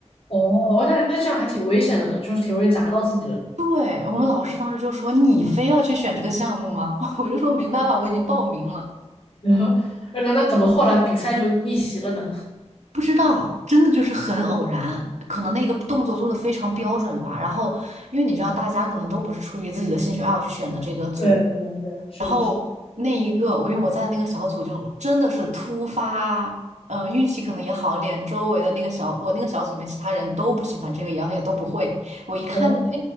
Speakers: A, on the left; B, on the right.
A: 哦，我感觉那这样还挺危险的呢，就是挺容易砸到自己的。
B: 对，我们老师当时就说：“你非要去选这个项目吗？” <laughs> 我就说：“没办法，我已经报名了。”
A: <laughs> 然后，那那怎么后来比赛就逆袭了呢？
B: 不知道，真的就是很偶然，可能那个动作做的非常标准吧。然后，因为你知道，大家可能都不是出于自己的兴趣爱好去选的这个组，
A: 对对对，是的，
B: 然后那一个，
A: 是的。
B: 因为我在那个小组就真的是突发，呃，运气可能也好一点，周围的那个小，我那个小组里面其他人都不喜欢这个，然后也都不会。我一看，
A: 哦，
B: 哎，